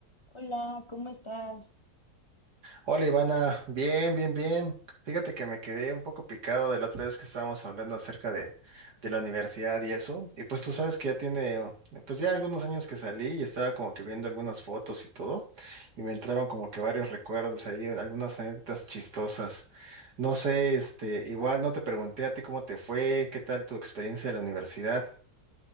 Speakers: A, on the left (about 35°); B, on the right (about 85°).
A: Hola, ¿cómo estás?
B: Hola Ivana, bien, bien, bien. Fíjate que me quedé un poco picado de la otra vez que estábamos hablando acerca de, de la universidad y eso. Y pues tú sabes que ya tiene, oh, pues ya algunos años que salí y estaba como que viendo algunas fotos y todo. Y me entraron como que varios recuerdos ahí, algunas anécdotas chistosas. No sé, este, igual no te pregunté a ti cómo te fue, qué tal tu experiencia de la universidad.